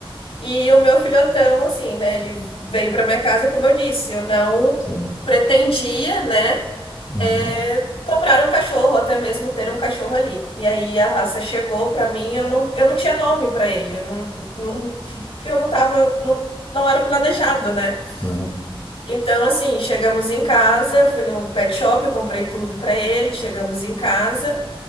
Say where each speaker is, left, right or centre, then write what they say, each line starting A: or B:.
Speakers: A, on the left; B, on the left.
A: E o meu filhotão, assim, né? Ele veio para minha casa, como eu disse, eu não
B: Sim.
A: pretendia, né?
B: Uhum.
A: é, comprar um cachorro, até mesmo ter um cachorro ali. E aí a raça chegou pra mim, eu não, eu não tinha nome pra ele, eu não, não, <laughs> eu não tava, não, não era planejado, né?
B: uhum.
A: Então, assim, chegamos em casa, eu fui no pet shop, eu comprei tudo pra ele, chegamos em casa.